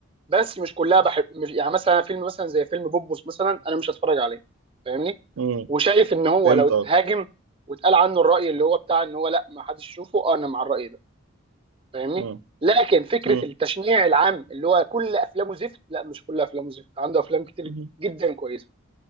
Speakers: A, on the right; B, on the right.
A: بس مش كلها بحب مش يعني مثلا فيلم مثلا زي فيلم بوبوس مثلا انا مش هتفرج عليه فاهمني
B: مم.
A: وشايف ان هو
B: فهمت
A: لو اتهاجم
B: قصدك
A: واتقال عنه الراي اللي هو بتاع ان هو لا ما حدش يشوفه آه، انا مع الراي ده فاهمني
B: مم.
A: لكن فكره
B: مم.
A: التشنيع العام اللي هو كل افلامه زفت لا مش كل افلامه زفت عنده افلام كتير
B: مم.
A: جدا كويسه